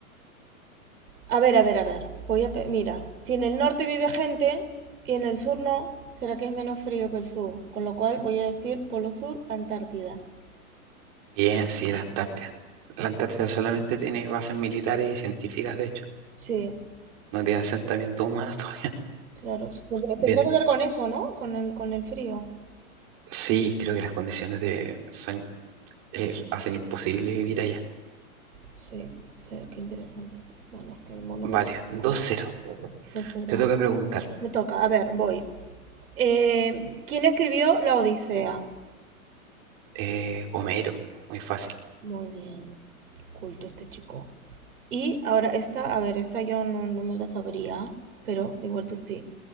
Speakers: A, on the right; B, on the right.
A: A ver, a ver, a ver. Voy a pe- mira, si en el norte vive gente y en el sur no, será que es menos frío que el sur. Con lo cual voy a decir Polo Sur, Antártida.
B: Bien, sí, la Antártida. La Antártida solamente tiene bases militares y científicas, de hecho.
A: Sí,
B: No tiene asentamientos humanos todavía.
A: claro. su- Tendrá,
B: Bien,
A: tendrá que ver con eso, ¿no? Con el, con el frío.
B: sí, creo que las condiciones de, son eh, hacen imposible vivir allá.
A: Sí, sí, qué interesante. sí. Bueno, es que el mundo
B: Vale,
A: me fascina.
B: dos cero
A: Entonces, cero.
B: Te toca preguntar,
A: Me toca. A ver, voy. Eh, ¿quién escribió La Odisea?
B: eh, Homero, muy fácil.
A: Muy bien. Qué culto este chico. Y ahora esta, a ver, esta yo no, no me la sabría, pero igual tú sí.